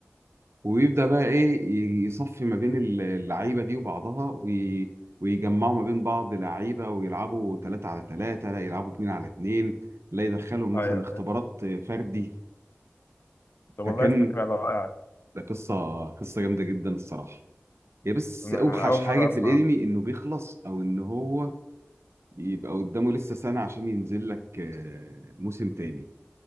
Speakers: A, on the right (about 70°); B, on the left (about 55°).
A: وبيبدأ بقى إيه ي- يصفي ما بين ال- اللعيبة دي وبعضها وي... ويجمعوا ما بين بعض لعيبة ويلعبوا ثلاثة على ثلاثة لا يلعبوا اتنين على اتنين لا يدخلهم مثلا
B: ايوه
A: اختبارات
B: فاهم
A: فردي
B: طب
A: فكان
B: والله فكره رائعه
A: ده قصة قصة جامدة جدا الصراحة هي بس
B: انا
A: أوحش
B: اول
A: حاجة
B: مره
A: في
B: اسمع
A: الأنمي
B: عنه
A: إنه بيخلص أو إن هو يبقى قدامه لسه سنة عشان ينزل لك آه، موسم تاني